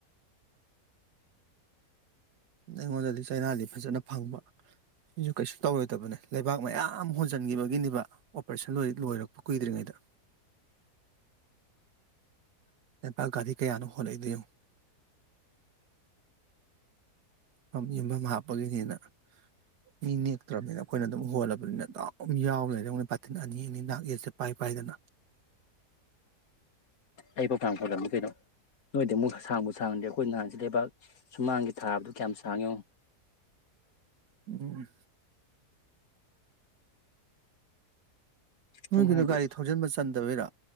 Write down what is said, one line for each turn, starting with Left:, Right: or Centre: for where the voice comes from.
Right: ꯑꯩꯉꯣꯟꯗꯗꯤ ꯆꯩꯅꯥꯗꯤ ꯐꯖꯅ ꯐꯪꯕ ꯁꯤꯁꯨ ꯀꯩꯁꯨ ꯇꯧꯔꯣꯏꯗꯕꯅꯦ ꯂꯩꯕꯥꯛ ꯃꯌꯥꯝ ꯍꯣꯟꯖꯟꯒꯤꯕꯒꯤꯅꯦꯕ ꯑꯣꯄꯔꯦꯁꯟ ꯂꯣꯏꯔꯛꯄ ꯀꯨꯏꯗ꯭ꯔꯤꯉꯩꯗ ꯂꯥꯕꯥꯛ ꯒꯥꯔꯤ ꯀꯌꯥꯅꯣ ꯍꯣꯟꯂꯛꯏꯗꯣ ꯌꯦꯡꯉꯣ ꯄꯝ ꯌꯨꯝꯐꯝ ꯍꯥꯞꯄꯒꯤꯅꯦꯅ ꯃꯤ ꯅꯦꯛꯇ꯭ꯔꯕꯅꯤꯅ ꯑꯩꯈꯣꯏꯅ ꯑꯗꯨꯝ ꯍꯣꯜꯂꯕꯅꯤꯅ ꯑꯗꯨꯝ ꯌꯥꯎꯂꯩꯔꯦ ꯌꯦꯡꯉꯣ ꯄꯥꯊꯤꯟ ꯑꯅꯤ ꯑꯅꯤ ꯅꯥꯛ ꯌꯦꯠꯁꯦ ꯄꯥꯏ ꯄꯥꯏꯗꯅ
Left: ꯑꯩꯕꯨ ꯐꯥꯅꯝ ꯐꯒꯠꯂꯤ ꯀꯩꯅꯣ ꯅꯣꯏꯗꯤ ꯑꯃꯨꯛ ꯁ ꯁꯥꯡꯕꯨ ꯁꯥꯡꯉꯗꯤ ꯑꯩꯈꯣꯏ ꯅꯍꯥꯟ ꯁꯤꯂꯩꯕꯥꯛ ꯁꯨꯃꯥꯡꯒꯤ ꯊꯥꯕꯗꯨ ꯀꯌꯥꯝ ꯁꯥꯡꯉꯤ ꯉꯣ
Right: ꯎꯝ ꯅꯣꯏꯒꯤꯗꯣ
Left: ꯁꯨꯝ ꯍꯥꯏꯗꯤ
Right: ꯒꯥꯔꯤ ꯊꯧꯖꯤꯟꯕ ꯆꯟꯗꯕꯩꯔ